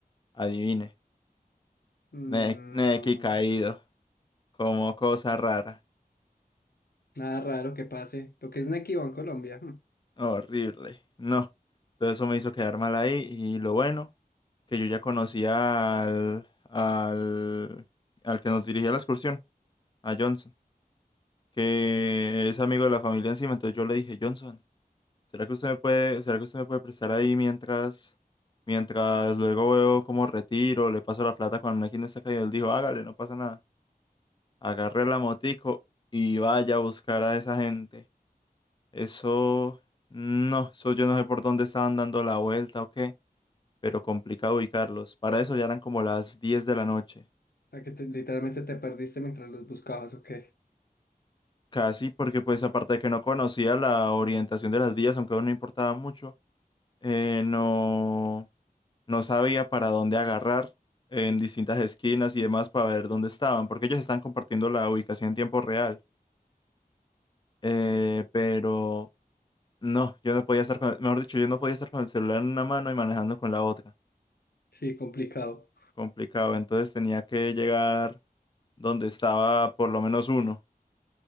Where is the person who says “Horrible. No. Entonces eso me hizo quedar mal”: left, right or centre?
Left